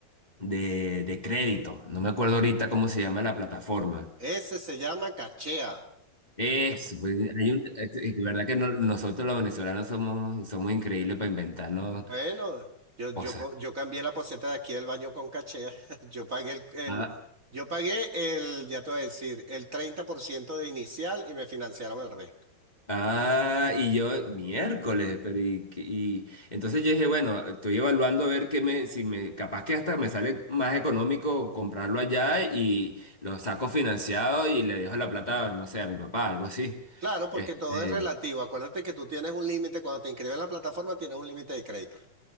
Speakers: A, on the left; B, on the right.
A: de, de crédito. No me acuerdo ahorita cómo se llama la plataforma.
B: Ese se llama Cachea.
A: Es, pues, hay un- es, es de verdad que no- nosotros los venezolanos somos, somos increíbles para inventarnos
B: Bueno, yo, yo,
A: cosas.
B: co- yo cambié la poceta de aquí del baño con cachea. <laughs> Yo pagué el, el-
A: Ah,
B: yo pagué el, ya te voy a decir, el 30% de inicial y me financiaron el resto.
A: ah, y yo, miércoles, pero y, qué- y entonces yo dije, bueno, estoy evaluando a ver qué me, si me, capaz que hasta me sale más económico comprarlo allá y lo saco financiado y le dejo la plata, no sé, a mi papá, algo así.
B: Claro, porque
A: Este,
B: todo es relativo. Acuérdate que tú tienes un límite, cuando te inscribes en la plataforma tienes un límite de crédito.